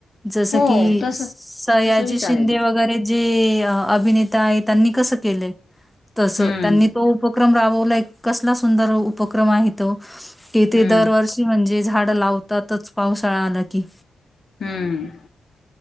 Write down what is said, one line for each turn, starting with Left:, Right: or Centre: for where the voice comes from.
Centre: जस
Left: हो
Centre: की
Left: तस
Centre: सयाजी
Left: तस बी
Centre: शिंदे
Left: चालेल ना
Centre: वगैरे जे अभिनेता आहे त्यांनी कसं केलंय तस
Left: हम्म
Centre: त्यांनी तो उपक्रम राबव ला एकक कसला सुंदर उपक्रम आहे त कि ते
Left: हम्म
Centre: दरवर्षी म्हणजे झााड लावतातच पावसाळा न की
Left: हम्म